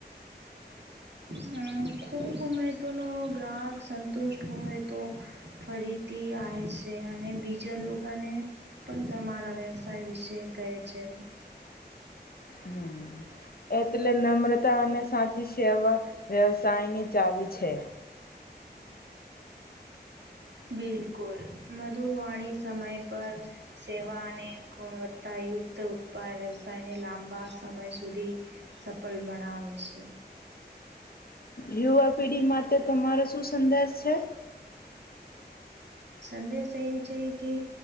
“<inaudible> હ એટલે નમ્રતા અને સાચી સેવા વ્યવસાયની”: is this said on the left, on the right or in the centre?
Left